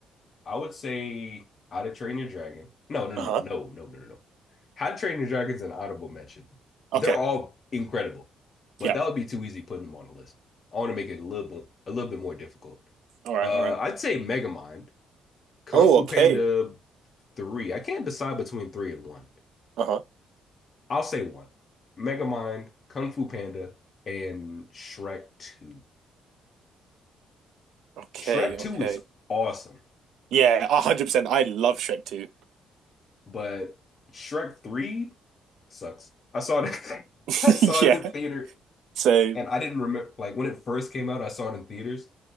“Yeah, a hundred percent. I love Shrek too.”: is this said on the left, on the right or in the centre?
Right